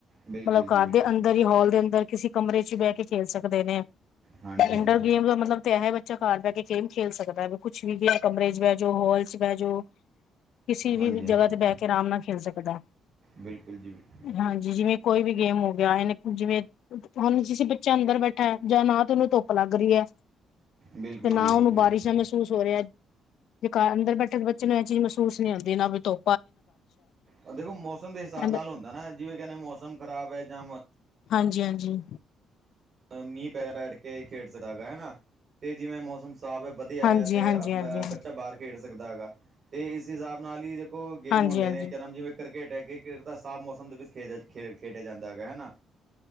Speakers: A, on the right; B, on the left.
A: ਬਿਲਕੁਲ
B: ਮਲਬ
A: ਜੀ
B: ਘਰ
A: ਬਿਲਕੁਲ
B: ਦੇ ਅੰਦਰ ਹੀ ਹਾਲ ਦੇ ਅੰਦਰ ਕਿਸੀ ਕਮਰੇ ਚ ਬਹਿ ਕੇ ਖੇਲ ਸਕਦੇ ਨੇ।
A: ਹਾਂਜੀ
B: ਇੰਨਡੋਰ
A: ਹਾਂਜੀ
B: ਗੇਮ ਦਾ ਮਤਲਬ ਤੇ ਇਹ ਹੈ ਬੱਚਾ ਘਰ ਬਹਿ ਕੇ ਗੇਮ ਖੇਲ ਸਕਦਾ ਐ ਕੁਛ ਵੀ ਗਿਆ ਕਮਰੇ ਚ ਬਹਿ ਜੋ ਹੋਲ ਚ ਬੇਜੋ ਕਿਸੀ ਵੀ
A: ਹਾਂਜੀ ਹਾਂਜੀ
B: ਜਗ੍ਹਾ ਤੇ ਬਹਿ ਕੇ ਰਾਮ ਨਾਲ ਖੇਲ ਸਕਦਾ
A: ਬਿਲਕੁਲ ਜੀ ਬਿਲਕੁਲ
B: ਹਾਂਜੀ ਜਿਵੇਂ ਕੋਈ ਵੀ ਗੇਮ ਹੋ ਗਿਆ ਇਹ ਨੇ ਜਿਵੇਂ ਹੁਣ ਜਿਸੀ ਬੱਚਾ ਅੰਦਰ ਬੈਠਾ ਜਾਂ ਨਾ ਤੇ ਉਹਨੂੰ ਧੁੱਪ ਲੱਗ ਰਈ ਐ‌
A: ਬਿਲਕੁਲ
B: ਤੇ ਨਾ
A: ਜੀ ਬਿਲਕੁਲ
B: ਉਹਨੂੰ ਬਾਰਿਸ਼ਾਂ ਮਹਿਸੂਸ ਹੋ ਰਿਆ। ਜੇ ਕਰ ਅੰਦਰ ਬੈਠੇ ਤੇ ਬੱਚੇ ਨੂੰ ਇਹ ਚੀਜ਼ ਮਹਿਸੂਸ ਨੀ ਹੁੰਦੀ ਨਾ ਬੀ ਧੋ
A: ਉਹ ਦੇਖੋ ਮੌਸਮ ਦੇ ਹਿਸਾਬ
B: ਹੈ
A: ਨਾਲ ਹੁੰਦਾ ਨਾ ਜਿਵੇਂ ਕਹਿੰਨੇ ਮੌਸਮ ਖਰਾਬ ਐਂ ਜਾਂ
B: ਹਾਂਜੀ-ਹਾਂਜੀ।
A: ਮੀਂਹ ਪੈ-ਪੈ ਬੈਠ ਕੇ ਖੇਡ ਸਦਾ ਹਨਾ ਤੇ ਜਿਵੇਂ ਮੌਸਮ ਸਫ਼ ਐ ਵਧੀਆ
B: ਹਾਂਜੀ
A: ਐ ਤੇ
B: ਹਾਂਜੀ ਹਾਂਜੀ ਹਾਂਜੀ
A: ਬੱਚਾ ਬਾਰ ਖੇਡ ਸਕਦਾ ਹੈਗਾ ਤੇ ਇਸ ਹਿਸਾਬ ਨਾਲ ਹੀ ਦੇਖੋ ਗੇਮ
B: ਹਾਂਜੀ
A: ਹੁੰਦੇ
B: ਹਾਂਜੀ
A: ਨੇ ਕਿਆ ਨਮ ਜਿਵੇਂ ਕ੍ਰਿਕਟ ਐ ਕ੍ਰਿਕਟ ਤਾਂ ਸਾਫ਼ ਮੌਸਮ ਦੇ ਵਿੱਚ ਖੇ ਖੇ ਖੇਡਿਆ ਜਾਂਦਾ ਹੈਗਾ ਹਨਾ।